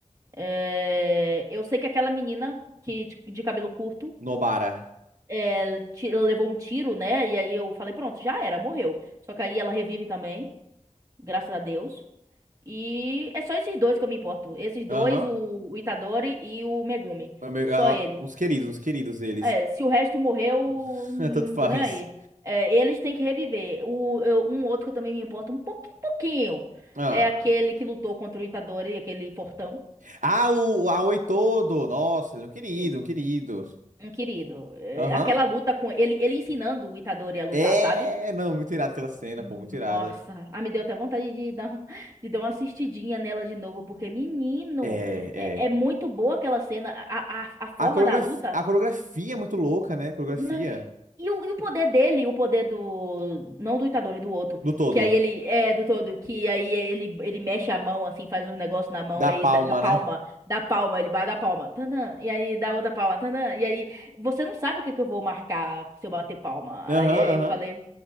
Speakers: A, on the right; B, on the right.
A: É, eu sei que aquela menina que, de de cabelo curto
B: Nobara.
A: Ele ti- ela levou um tiro, né? E aí eu falei, pronto, já era, morreu. Só que aí ela revive também, graças a Deus. E é só esses dois que eu me importo. Esses dois,
B: Aham.
A: o, o Itadori e o Megumi.
B: É meio-
A: Só
B: é no-
A: eles.
B: Uns queridos, uns queridos eles.
A: É, se o resto morreu,
B: <laughs>
A: não
B: Tanto faz.
A: tô nem aí. É, eles têm que reviver. O, eu- um outro que eu também me importo um pouquinho, pouquinho.
B: Ah,
A: É aquele que lutou contra o Itadori, aquele fortão.
B: ah o Aoi todo. Nossa, ele é um querido,
A: Sim,
B: um querido.
A: um querido. É,
B: Aham.
A: aquela luta com ele, ele ensinando o Itadori a lutar,
B: É,
A: sabe?
B: não, muito irada aquela cena,
A: Nossa,
B: pô, muito irada.
A: ah, me deu até vontade de dar, um- <laughs> de dar uma assistidinha nela de novo, porque, menino,
B: É,
A: é,
B: é.
A: é muito boa aquela cena, a, a, a forma
B: A coreografia,
A: da luta.
B: a coreografia é muito louca, né? A coreografia
A: né, e o, e o poder dele, o poder do. Não do Itadori, do outro.
B: do todo.
A: Que aí ele. É, do todo. Que aí ele, ele mexe a mão, assim, faz uns negócios na mão,
B: Da
A: aí
B: palma,
A: da dá palma.
B: né?
A: da palma, ele bate a palma. Tandan, e aí dá outra palma. Tandan, e aí. Você não sabe o que, que eu vou marcar se eu bater palma.
B: Aham,
A: Aí
B: aham.
A: eu falei.